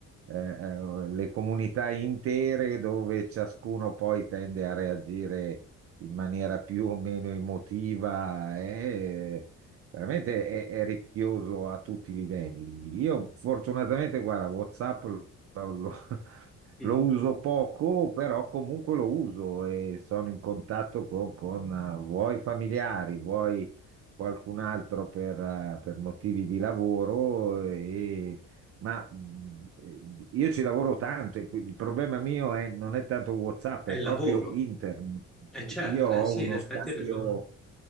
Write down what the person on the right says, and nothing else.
eh, eh, le comunità intere dove ciascuno poi tende a reagire in maniera più o meno emotiva. eh, Veramente è, è rischioso a tutti i livelli. Io fortunatamente, guarda, WhatsApp lo, lo- <laughs>
lo uso poco, però comunque lo uso e sono in contatto con, con eh, vuoi familiari, vuoi qualcun altro per, eh, per motivi di lavoro. e- ma mh, io ci lavoro tanto e qui- il problema mio è, non è tanto WhatsApp,
è
proprio
internet.
Io ho
uno
scambio
ho